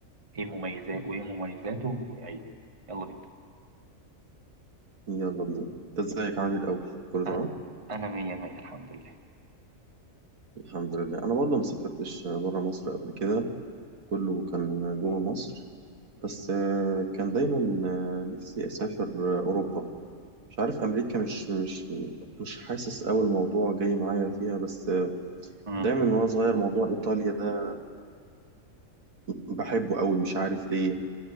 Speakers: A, on the right; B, on the right.
A: إيه مميزات وإيه مميزاته وعيوب يلا بينا
B: يلا بينا انت ازيك عامل ايه الاول كله تمام
A: أنا أنا مية مية الحمد لله
B: الحمد لله انا برضه ما سافرتش بره مصر قبل كده كله كان جوه مصر بس آه، كان دايما آه، نفسي اسافر آه، اوروبا مش عارف امريكا مش مش مش حاسس قوي الموضوع جاي معايا فيها بس آه،
A: مم.
B: دايما وانا صغير موضوع ايطاليا ده بحبه قوي مش عارف ليه